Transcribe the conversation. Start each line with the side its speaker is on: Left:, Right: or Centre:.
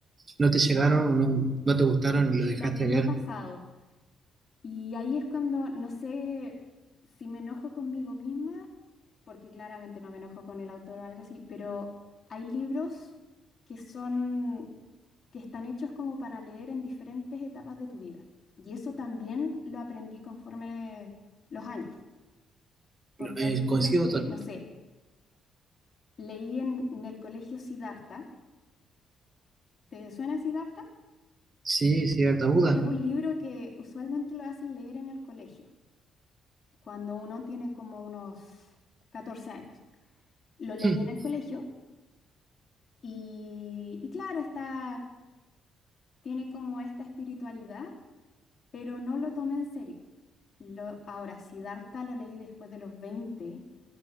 Right: no te llegaron o no, no te gustaron
Left: Y
Right: y los dejaste
Left: también
Right: de leer?
Left: me ha pasado. Y ahí es cuando, no sé si me enojo conmigo misma, porque claramente no me enojo con el autor o algo así, pero hay libros que son, que están hechos como para leer en diferentes etapas de tu vida. Y eso también lo aprendí conforme los años, porque
Right: Eh,
Left: hay libros
Right: coincido,
Left: que,
Right: to-
Left: no sé, Leí en, en el colegio Siddhartha. ¿Te suena Siddhartha?
Right: sí, cierta duda.
Left: Es un libro que usualmente lo hacen leer en el colegio, cuando uno tiene como unos 14 años. Lo leí
Right: Hmm,
Left: en el colegio y, y claro, está, tiene como esta espiritualidad, pero no lo tomé en serio. Lo, ahora, Siddhartha lo leí después de los 20